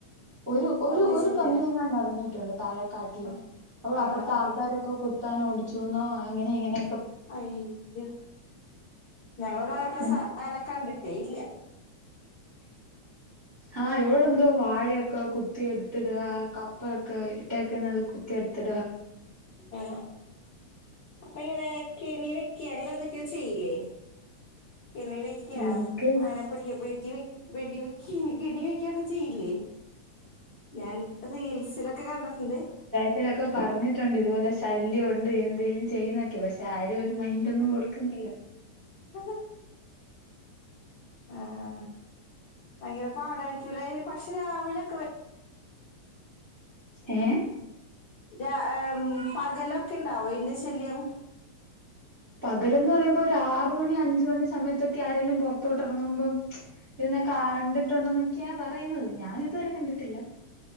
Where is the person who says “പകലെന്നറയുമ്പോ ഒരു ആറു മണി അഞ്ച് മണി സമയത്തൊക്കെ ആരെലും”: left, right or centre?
Right